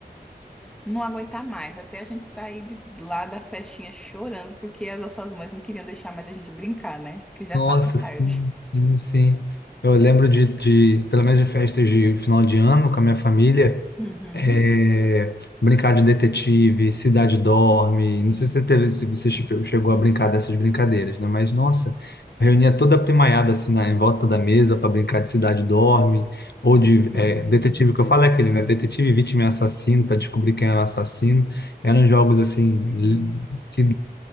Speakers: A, in the centre; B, on the left.
A: não aguentar mais, até a gente sair de lá da festinha chorando, porque as nossas mães não queriam deixar mais a gente brincar, né? Que já
B: Nossa,
A: tava tarde.
B: sim, sim, sim. Eu lembro de, de, pelo menos de festas de final de ano com a minha família,
A: Uhum.
B: é, brincar de detetive, Cidade Dorme. Não sei se você teve, se você che- chegou a brincar dessas brincadeiras, né? Mas, nossa, reunia toda a primaiada assim, na, em volta da mesa para brincar de Cidade Dorme, ou de
A: Sim,
B: é, detetive, que eu falo é aquele, né? Detetive, vítima e assassino, para descobrir quem era o assassino. Eram jogos assim,
A: sim,
B: que